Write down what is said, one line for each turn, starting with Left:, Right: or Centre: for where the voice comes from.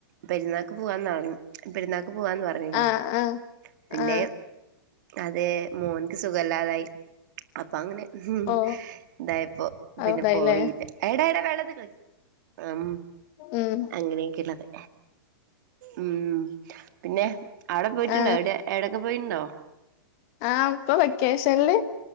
Right: പെരുന്നാക്ക് പോവാന്നാണ് പെരുന്നാ ക്ക് പോവാന്ന് പറഞ്ഞിരുന്നു
Left: ആ ആ
Right: പിന്നെ
Left: ആ
Right: അതേ മോന്ക്ക് സുഖവല്ലാതായി അപ്പൊ അങ്ങനെ ഉം
Left: ഓ
Right: ഇതായിപ്പോ
Left: അതായില്ലേ
Right: പിന്നെ പോയില്ലാ എട എടാ വെള്ളത്തിക്കളി മം
Left: ഉം
Right: അങ്ങനെയൊക്കെള്ളത് ഉം പിന്നെ അവിടെ പോയിട്ടുണ്ടോ
Left: ആ
Right: എവിടെ എവിടൊക്കെ പോയിണ്ടോ?
Left: ആ ഇപ്പൊ വെക്കേഷനില്